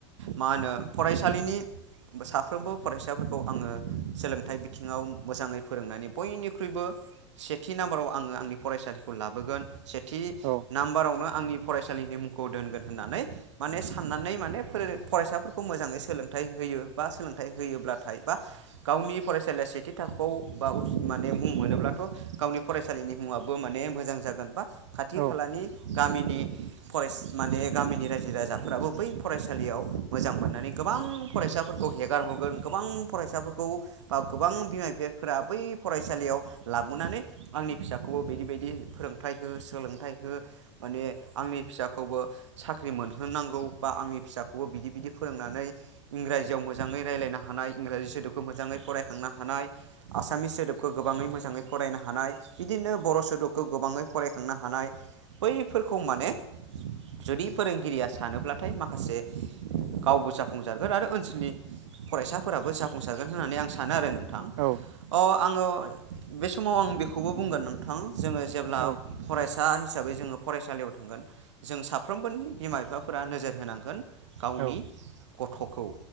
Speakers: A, on the right; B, on the right.
A: मा होनो फरायसालिनि साफ्रोमबो फरायसाफोरखौ आङो सोलोंथाइ बिथिङाव मोजाङै फोरोंनानै बयनिख्रुइबो सेथि नाम्बाराव आङो आंनि फरायसालिखौ लाबोगोन सेथि
B: औ
A: नाम्बारावनो आंनि फरायसालिनि मुंखौ दोनगोन होननानै माने साननानै माने फरायसाफोरखौ मोजाङै सोलोंथाइ होयो बा सोलोंथाइ होयोब्लाथाय बा गावनि फरायसालिया सेथि थाखोआव बा माने मुं मोनोब्लाथ' गावनि फरायसालिनि मुङाबो माने मोजां जागोन बा खाथि
B: औ
A: खालानि गामिनि फराय माने गामिनि रायजो राजाफ्राबो बै फरायसालियाव मोजां मोननानै गोबां फरायसाफोरखौ हेगार हरगोन गोबां फरायसाफोरखौ बा गोबां बिमा बिफाफोरा बै फरायसालियाव लाबोनानै आंनि फिसाखौबो बिदि बायदि फोरोंथाइ हो सोलोंथाइ हो माने आंनि फिसाखौबो साख्रि मोनहोनांगौ बा आंनि फिसाखौबो बिदि बिदि फोरोंनानै इंराजियाव मोजाङै रायज्लायनो हानाय इंराजि सोदोबखौ मोजाङै फरायखांनो हानाय आसामिस सोदोबखौ गोबाङै मोजाङै फरायनो हानाय बिदिनो बर' सोदोब खौ गोबाङै फरायखांनो हानाय बैफोरखौ माने जुदि फोरोंगिरिया सानोब्लाथाय माखासे गावबो जाफुंसारगोन आरो ओनसोलनि फरायसाफोराबो जाफुंसारगोन होननानै आं सानो आरो नोंथां।
B: औ
A: अ आङो बे समाव आं बेखौबो बुंगोन नोंथां। जोङो जेब्ला
B: औ
A: फरायसा हिसाबै जोङो फरायसालियाव थांगोन जों साफ्रोमबोनि बिमा बिफाफोरा नोजोर होनांगोन गावनि
B: औ
A: गथ'खौ